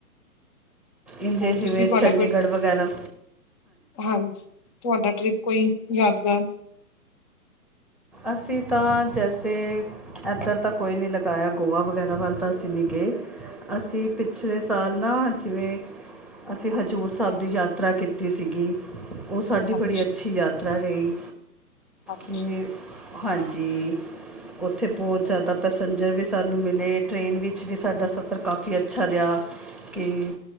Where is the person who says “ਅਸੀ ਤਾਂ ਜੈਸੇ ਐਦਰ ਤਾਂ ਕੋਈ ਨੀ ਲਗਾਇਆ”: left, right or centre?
Centre